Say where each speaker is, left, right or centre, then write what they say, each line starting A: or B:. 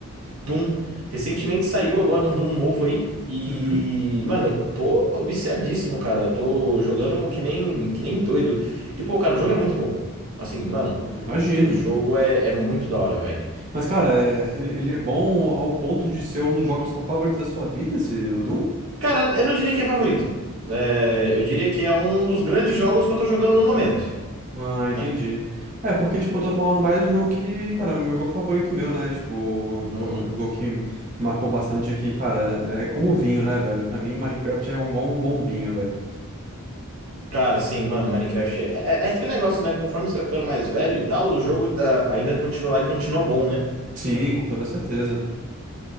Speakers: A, on the right; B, on the right.
A: Doom. Recentemente saiu agora um Doom novo aí. E,
B: Uhum.
A: mano, eu tô viciadíssimo, cara. Eu tô jogando que nem, que nem doido. E, pô, cara, o jogo é muito bom. Assim, mano,
B: Eu Imagino.
A: o jogo é, é muito da hora, velho.
B: Mas, cara, é- ele ele é bom ao ponto de ser um dos jogos favoritos da sua vida, esse, o Doom?
A: Cara, eu não diria que é favorito. É, eu diria que é um dos grandes jogos que eu tô jogando no momento,
B: Ah, entendi.
A: né?
B: É, porque, tipo, eu tô falando mais de um jogo que, cara, é meu jogo favorito meu, né? Tipo, um
A: Uhum.
B: jogo um jogo que marcou bastante aqui, cara, é como vinho, né, velho? Pra mim, Minecraft é um, igual um bom vinho, velho.
A: Cara, sim, mano, Minecraft é, é, é aquele negócio, né? Conforme você vai ficando mais velho e tal, o jogo ainda, ainda continua lá e continua bom, né?
B: Sim, com toda certeza.